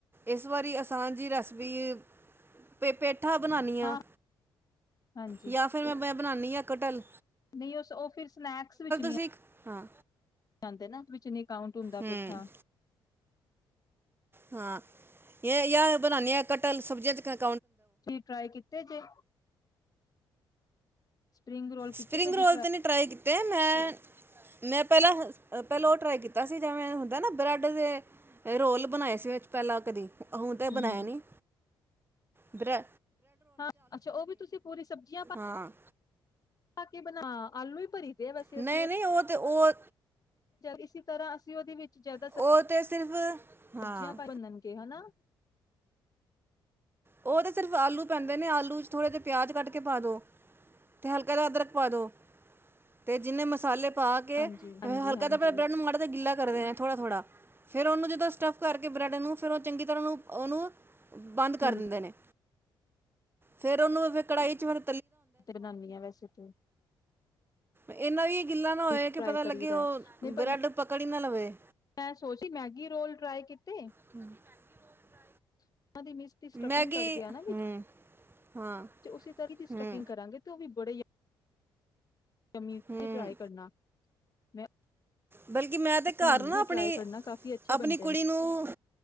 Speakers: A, on the right; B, on the left.
A: ਇਸ ਵਾਰੀ ਆਸਾਨ ਜੀ ਰੈਸਿਪੀ ਪੇ ਮਠਾ ਬਣਾਨੀ ਆ
B: ਹਾਂ ਹਾਂਜੀ
A: ਜਾਂ ਫਿਰ ਮੈਂ ਬਣਾਉਦੀ ਹਾਂ ਕਠਲ
B: ਨਹੀਂ ਉਹ ਉਹ ਫਿਰ ਸਨੈਕਸ ਵਿੱਚ ਨਹੀਂ
A: ਸਿੱਖ
B: ਆ
A: ਹਾਂ।
B: ਜਾਂਦੇ ਨਾ ਵਿੱਚ <unintelligible> ਕਾਉਂਟ ਹੁੰਦਾ
A: ਹੂੰ
B: ਬੈਠਾ
A: ਹਾਂ। ਇਹ ਯ ਬਣਾਨੀ ਆ ਕ <unintelligible>
B: ਤੂਹੀ ਟਰਾਈ ਕੀਤੇ ਜੇ ਸਪਰਿੰਗ ਰੋਲ ਕੀਤੇ
A: ਸਪਰਿੰਗ
B: ਕਦੀ
A: ਰੋਲ ਤੇ ਨੀ ਟਰਾਈ ਕੀਤੇ ਮੈਂ ਮੈਂ ਪਹਿਲਾਂ ਪਹਿਲਾਂ ਉਹ ਟਰਾਈ ਕੀਤਾ ਸੀਂ ਜਿਵੇਂ ਹੁੰਦਾ ਨਾ ਬ੍ਰੈਡ ਦੇ ਰੋਲ ਬਣਾਏ ਸੀ ਵਿੱਚ ਪਹਿਲਾਂ ਕਦੀ ਹੁਣ ਤੇ
B: ਹੂੰ
A: ਬਣਾਇਆ
B: ਹੂੰ
A: ਨੀ। ਬ੍ਰੇ
B: ਹਾਂ ਅੱਛਾ ਉਹ ਵੀ ਤੁਸੀਂ ਪੂਰੀ ਸਬਜ਼ੀਆਂ ਪਾ
A: ਹਾਂ
B: ਪਾ ਕੇ ਬਣਾ ਆਲੂ ਹੀ ਭਰੀ ਦੇਵਸੀ
A: ਨਹੀਂ
B: ਅਸੀ ਉਹ
A: ਨਹੀਂ ਤੇ ਉਹ
B: ਇਸ ਤਰ੍ਹਾਂ ਅਸੀਂ ਉਹਦੇ ਵਿੱਚ ਜ਼ਿਆਦਾ ਸਬਜ਼ੀਆਂ
A: ਉਹ ਤੇ ਸਿਰਫ ਹਾਂ
B: ਭੂਣਗੇ ਹਨਾ
A: ਉਹ ਤਾਂ ਸਿਰਫ ਆਲੂ ਪੈਂਦੇ ਨੇ ਆਲੂ ਵਿੱਚ ਥੋੜ੍ਹੇ ਜਿਹੇ ਪਿਆਜ਼ ਕੱਢ ਕੇ ਪਾ ਦਉ ਅਤੇ ਹਲਕਾ ਦਾ ਅਦਰਕ ਪਾ ਦਿਉ ਅਤੇ ਜਿੰਨੇ ਮਸਾਲੇ ਪਾ ਕੇ
B: ਹਾਂਜੀ ਹਾਂਜੀ
A: ਹਲਕਾ
B: ਹਾਂਜੀ
A: ਤਾਂ ਬ੍ਰੈਡ ਨੂੰ ਮਾੜਾ ਤਜਿਹਾ ਗਿੱਲਾ ਕਰਦੇ ਥੋੜਾ ਥੋੜਾ ਫੇਿਰ ਉਹਨੂੰ ਜਦੋਂ ਸਟੱਫ ਕਰਕੇ ਬ੍ਰੈਡ ਨੂੰ ਫੇਰ ਉਹ ਚੰਗੀ ਤਰ੍ਹਾਂ ਉਹਨੂੰ ਉਹਨੂੰ
B: ਠੀਕ
A: ਕਰ ਦਿੰਦੇ ਨੇ ਫੇਰ ਉਹਨੂੰ ਫੇਰ ਕੜਾਹੀ ਚ ਵਰ
B: ਤੇ ਬਣਾਾਨੀ ਆ ਵੈਸੇ ਤੂੰ
A: ਇਹੰਨਾ ਵੀ ਗਿੱਲਾ ਨਾ
B: ਡੀਪ
A: ਹੋਏ ਕਿ
B: ਫਰਾਈ
A: ਪਤਾ
B: ਕਰੀ
A: ਲੱਗੇ
B: ਦਾ
A: ਉਹ
B: ਨਹੀਂ ਪਰ
A: ਬ੍ਰੈਡ
B: ਮੈਂ
A: ਪਕੜ ਹੀ ਨਾ ਲਵੇ
B: ਮੈਂ ਸੋਚ ਮੈਗੀ ਰੋਲ ਟਰਾਈ ਕੀਤੇ।
A: <unintelligible>
B: <inaudible> ਦੀ ਮਿਸ ਦੀ ਸਟਪਿੰਗ
A: ਮੈਗੀ
B: ਕਰਦੇ ਆ ਨਾ ਵਿਚ
A: ਹੂੰ ਹਾਂ
B: ਉਸੇ ਤਰ੍ਹਾਂ ਦੀ ਸਟਫਿਗ
A: ਹੂੰ
B: ਕਰਾਂਗੇ ਤੇ ਉਹ ਵੀ <inaudible> ਜ਼ਮੀ
A: ਹੂੰ
B: ਟਰਾਈ ਕਰਨਾ ਮੈਂ,
A: ਬਲਕਿ ਮੈਂ ਤਾਂ ਘਰ
B: ਬਣਾਨੀ
A: ਨਾ
B: ਵੀ
A: ਆਪਣੀ-ਆਪਣੀ
B: ਟਰਾਈ ਕਰਨਾ ਕਾਫੀ ਅੱਛੇ ਬਣਦੇ
A: ਕੁੜੀ ਨੂੰ